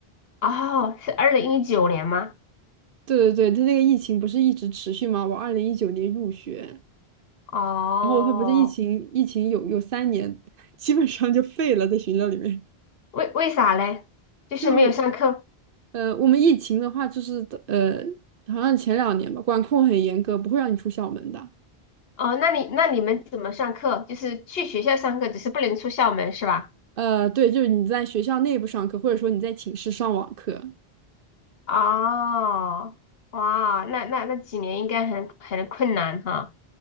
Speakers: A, on the left; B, on the right.
A: 哦，是二零一九年吗？
B: 对对对，它那个疫情不是一直持续吗？我二零一九年入学，
A: 哦，
B: 然后它不是疫情，疫情有有三年，<laughs> 基本上就废了，在学校里面。
A: 为为啥嘞？就是没有上课。
B: 就呃，我们疫情的话，就是呃，好像前两年吧，管控很严格，不会让你出校门的。
A: 哦，那你那你们怎么上课？就是去学校上课，只是不能出校门是吧？
B: 呃，对，就是你在学校内部上课，或者说你在寝室上网课。
A: 哦，哇，那那那几年应该很很困难哈。